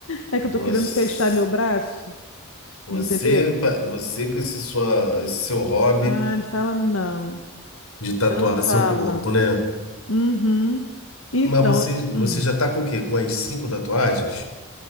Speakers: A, on the left; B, on the left.
A: É que
B: Você,
A: eu estou querendo fechar meu braço,
B: você,
A: entendeu?
B: pa- você com esse, sua, esse seu hobby.
A: Ah, não fala não.
B: De tatuar
A: Não
B: seu
A: fala.
B: corpo, né?
A: Uhum. Então,
B: Mas você, você
A: hum.
B: já tá com o quê? Com as cinco tatuagens?